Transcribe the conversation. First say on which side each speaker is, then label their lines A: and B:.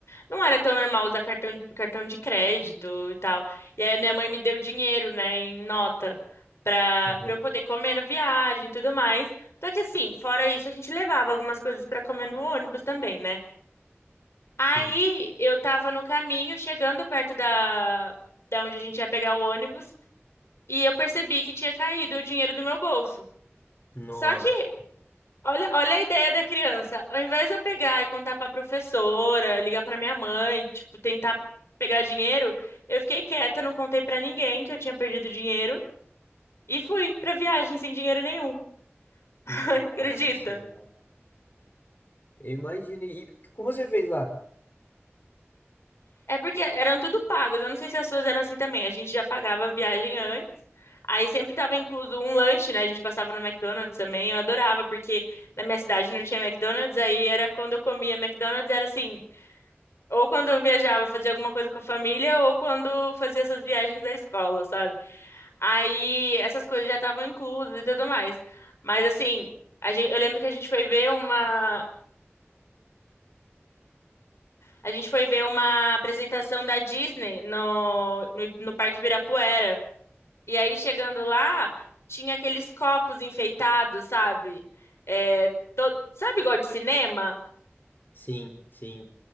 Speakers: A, on the left; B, on the left.
A: não era tão normal usar cartão, cartão de crédito e tal. E aí minha mãe me deu dinheiro, né, em nota, pra,
B: Uhum.
A: pra eu poder comer na viagem e tudo mais. Só que assim, fora isso, a gente levava algumas coisas pra comer no ônibus também, né? Aí
B: Sim.
A: eu tava no caminho, chegando perto da, da onde a gente ia pegar o ônibus, e eu percebi que tinha caído o dinheiro do meu bolso.
B: Nossa,
A: Só que Olha, olha a ideia da criança. Ao invés de eu pegar e contar pra professora, ligar pra minha mãe, tipo, tentar pegar dinheiro, eu fiquei quieta, não contei pra ninguém que eu tinha perdido dinheiro e fui pra viagem sem dinheiro nenhum.
B: nossa
A: <laughs> Acredita?
B: senhora. Eu imagino. E como você fez lá?
A: É porque eram tudo pagos. Eu não sei se as suas eram assim também. A gente já pagava a viagem antes. Aí sempre tava incluso um lanche, né? A gente passava no McDonald's também. Eu adorava, porque na minha cidade não tinha McDonald's. Aí era quando eu comia McDonald's, era assim. Ou quando eu viajava, fazia alguma coisa com a família, ou quando fazia essas viagens da escola, sabe? Aí essas coisas já estavam inclusas e tudo mais. Mas assim, a gente, eu lembro que a gente foi ver uma, a gente foi ver uma apresentação da Disney no, no, no Parque Ibirapuera. E aí chegando lá, tinha aqueles copos enfeitados, sabe? É, to- sabe igual de cinema?
B: Sim, sim.